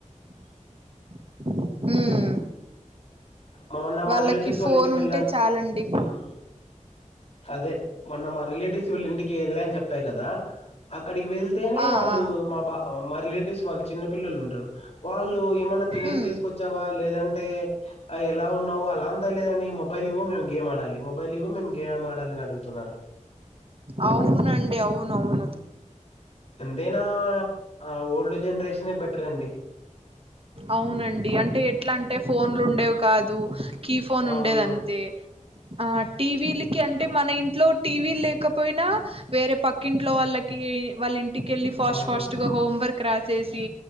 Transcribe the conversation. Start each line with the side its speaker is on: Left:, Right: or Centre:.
Right: <unintelligible> ఉమ్
Left: మోన్న మా
Right: వాళ్ళకి
Left: రిలేటివ్స్ వాళ్ళ
Right: ఫోన్
Left: ఇంటికి వెళ్ళాన్
Right: ఉంటే
Left: చ్
Right: చాలండి
Left: ఉమ్ అదే మొన్న మా రిలేటివ్స్ వీళ్ళింటికి ఎల్లా అని చెప్పా గదా అక్కడ్ డికి వెళ్తేనే
Right: ఆ
Left: వాళ్ళు
Right: ఆ
Left: మా బా మా రిలేటివ్స్ వాళ్ళు చిన్న పిల్లలు ఉంటరు వాళ్ళు ఏమన్న తినేది
Right: ఉమ్
Left: తీసుకొచ్చావా లేదంటే లా ఉన్నావు అలాంత లేదండి మొబైల్ ఇవ్వు మేము గేమ్ ఆడాలి మొ మొబైల్ ఇవ్వు మేము గేమ్ ఆడాలని అడుగుతున్నారు
Right: అవునండి అవును అవును
Left: ఎంతైనా ఆ ఓల్డ్ జనరేషనే బెటర్ అండి
Right: అవునండి అంటే ఎట్లా అంటే ఫోన్లు ఉండేవి కాదు కీ ఫోన్
Left: అవును
Right: ఉండేదంతే, ఆ టీ వీ లకి అంటే మన ఇంట్లో టీ వీ ల్లేకప్ పోయినా వేరే పక్కింట్లో వాళ్ళకి వాళ్ళ ఇంటికెళ్ళి ఫాస్ట్
Left: అవును
Right: ఫాస్ట్ గా హోమ్వర్క్ క్రాసేసి